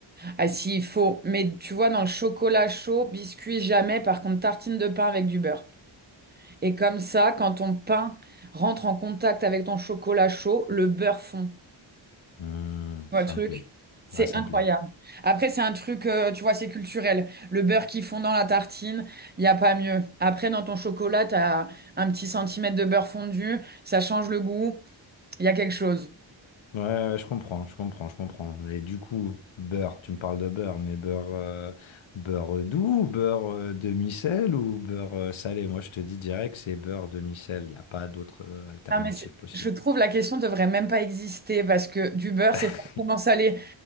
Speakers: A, on the right; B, on the left.
A: Ah si, il faut. Mais tu vois, dans le chocolat chaud, biscuit jamais, par contre, tartine de pain avec du beurre. Et comme ça, quand ton pain rentre en contact avec ton chocolat chaud, le beurre fond. Tu
B: Hmm,
A: vois
B: ça
A: le truc?
B: me plaît.
A: C'est
B: Ouais, ça
A: incroyable.
B: me plaît.
A: Après, c'est un truc, euh, tu vois, c'est culturel. Le beurre qui fond dans la tartine, il n'y a pas mieux. Après, dans ton chocolat, tu as un petit centimètre de beurre fondu, ça change le goût, il y a quelque chose.
B: Ouais, ouais, je comprends, je comprends, je comprends. Et du coup, beurre, tu me parles de beurre, mais beurre, euh, beurre doux, ou beurre euh, demi-sel ou beurre euh, salé? Moi, je te dis direct, c'est beurre demi-sel. Il n'y a pas d'autre euh, alternative
A: Non, mais c'est-
B: possible.
A: je trouve la question devrait même pas exister parce que du beurre,
B: <laughs>
A: c'est forcément salé.